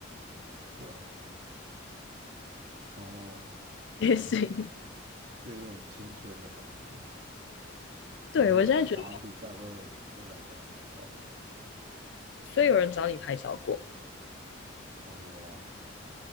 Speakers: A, on the right; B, on the left.
A: 对啊，然后
B: <laughs> 也行。
A: 对啊，就就有点青春的感觉，然后就打完比赛会会来找你拍照那种，
B: 对，我现在觉得，所以有人找你拍照过吗？
A: 哦有啊，